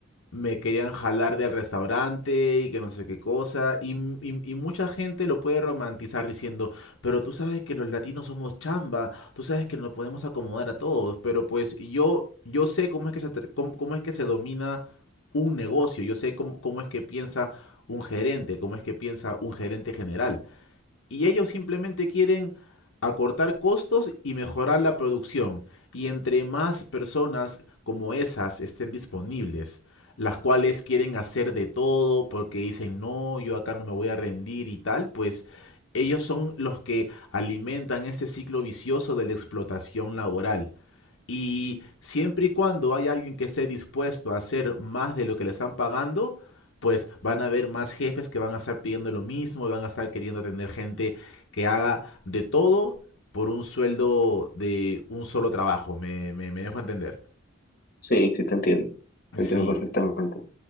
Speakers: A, on the left (about 60°); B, on the left (about 45°).
A: me querían jalar del restaurante y que no sé qué cosa. Y, y- y mucha gente lo puede romantizar diciendo, pero tú sabes que los latinos somos chamba, tú sabes que nos podemos acomodar a todos, pero pues yo, yo sé cómo es que se, tra- cómo, cómo es que se domina un negocio, yo sé cómo, cómo es que piensa un gerente, cómo es que piensa un gerente general y ellos simplemente quieren acortar costos y mejorar la producción. Y entre más personas como esas estén disponibles, las cuales quieren hacer de todo porque dicen, no, yo acá no me voy a rendir y tal, pues ellos son los que alimentan este ciclo vicioso de la explotación laboral. Y siempre y cuando hay alguien que esté dispuesto a hacer más de lo que le están pagando, pues van a haber más jefes que van a estar pidiendo lo mismo y van a estar queriendo tener gente que haga de todo por un sueldo de un solo trabajo. Me, me, me dejo entender.
B: Sí, sí te entiendo, te
A: Sí,
B: entiendo perfectamente.